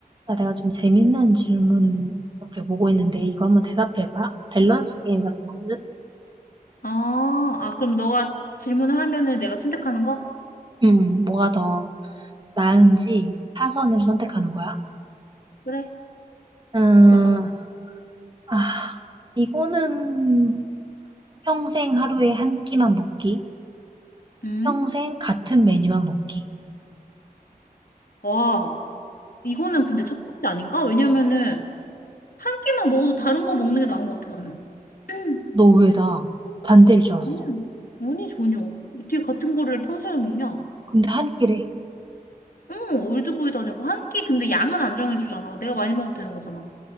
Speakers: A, on the right; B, on the left.
A: 나 내가 좀 재밌는 질문 이렇게 보고 있는데 이거 한번 대답해봐. 밸런스 게임 같은 거거든?
B: 아, 아, 그럼 너가 질문을 하면은 내가 선택하는 거?
A: 음, 뭐가 더 나은지 타선을 선택하는 거야?
B: 그래,
A: 음,
B: 물어봐.
A: 아, 이거는 평생 하루에 한 끼만 먹기,
B: 응?
A: 평생 같은 메뉴만 먹기.
B: 와, 이거는 근데 첫 번째 아닌가? 왜냐면은 한 끼만 먹어도 다른 거 먹는 게 나은 것 같아, 나는. <clears throat> 음,
A: 너 왜 나 반대일 줄 알았어?
B: 아니, 아니, 전혀. 어떻게 같은 거를 평생을 먹냐?
A: 근데 한 끼래.
B: 응, 올드보이도 아니고 한 끼 근데 양은 안 정해주잖아. 내가 많이 먹으면 되는 거잖아.